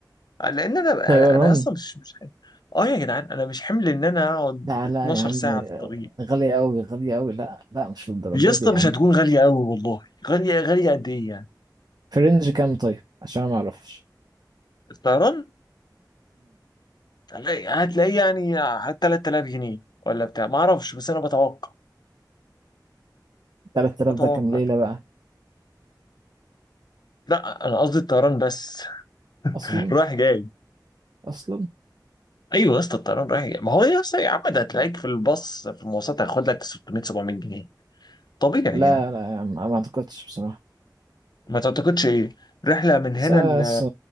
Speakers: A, on the left; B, on the right.
A: لان انا انا
B: طيران
A: أنا اصلا مش مش حمل. اه يا جدعان انا مش حمل ان انا اقعد
B: لا
A: 12
B: لا يا عم
A: ساعه في الطريق
B: غالية أوي غالية أوي لا لا مش للدرجة
A: يا اسطى
B: دي يا
A: مش
B: عم
A: هتكون غاليه قوي والله غاليه غاليه قد ايه يعني
B: في رينج كام طيب عشان ما أعرفش
A: الطيران هتلاقي هتلاقي يعني 3000 جنيه ولا بتاع ما اعرفش بس انا بتوقع
B: 3000
A: بتوقع
B: ده كام ليلة بقى
A: لا انا قصدي الطيران بس
B: أصلا
A: <laughs> رايح جاي
B: أصلا
A: ايوه يا اسطى الطيران رايح جاي. ما هو يا اسطى يا عم ده هتلاقيك في الباص في المواصلات هياخد لك 600 700 جنيه طبيعي
B: لا
A: يعني
B: لا يا عم ما أعتقدش بصراحة
A: ما تعتقدش ايه رحله من هنا
B: بس أنا
A: ل...
B: بس